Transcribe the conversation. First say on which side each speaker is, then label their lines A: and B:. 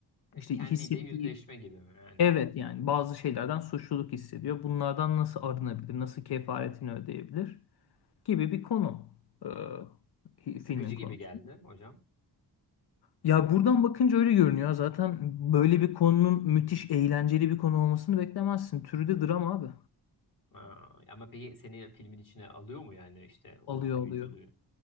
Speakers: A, on the left; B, on the left.
A: E,
B: işte
A: kendiyle
B: hissettiği
A: yüzleşme gibi mi yani?
B: evet yani bazı şeylerden suçluluk hissediyor. Bunlardan nasıl arınabilir, nasıl kefaretini ödeyebilir gibi bir konu e, hi-
A: Sıkıcı
B: filmin
A: gibi
B: konusu.
A: geldi hocam.
B: Ya buradan bakınca öyle görünüyor. Zaten böyle bir konunun müthiş eğlenceli bir konu olmasını beklemezsin. Türü de drama abi.
A: Aa, ama peki seni filmin içine alıyor mu yani işte oy,
B: Alıyor
A: oyunculuğu?
B: alıyor.